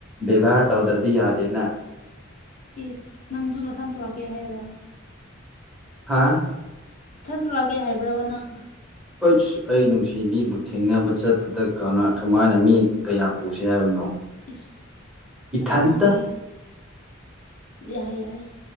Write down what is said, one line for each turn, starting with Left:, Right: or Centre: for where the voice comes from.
Centre: ꯕꯦꯕꯥꯔ ꯇꯧꯗ꯭ꯔꯗꯤ ꯌꯥꯗꯦꯅ
Left: ꯏꯁ ꯅꯪꯁꯨꯨ ꯅꯊꯟꯇ ꯂꯥꯛꯀꯦ ꯍꯥꯏꯔꯣ
Centre: ꯍꯥꯥ
Left: ꯏꯊꯟꯇ ꯂꯥꯛꯀꯦ ꯍꯥꯏꯕ꯭ꯔꯥꯕ ꯅꯪ
Centre: ꯑꯩꯁ ꯑꯩ ꯅꯨꯡꯁꯤꯕꯤꯕꯨ ꯊꯦꯡꯅꯕ ꯆꯠꯄꯗ ꯀꯅꯥ ꯀꯃꯥꯏꯅ ꯃꯤ ꯀꯌꯥ ꯄꯨꯁꯦ ꯍꯥꯏꯕꯅꯣ
Left: ꯏꯁ
Centre: ꯏꯊꯟꯇ
Left: ꯑꯗꯨ ꯅꯪꯒꯤ ꯌꯥꯏ ꯌꯥꯏ